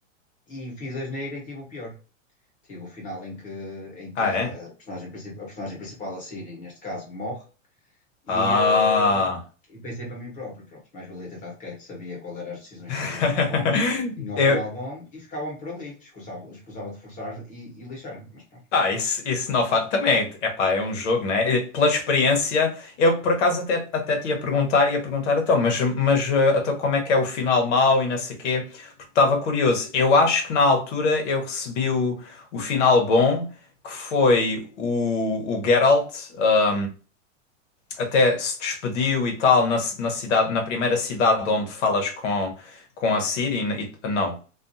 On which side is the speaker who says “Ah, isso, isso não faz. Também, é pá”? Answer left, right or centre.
Left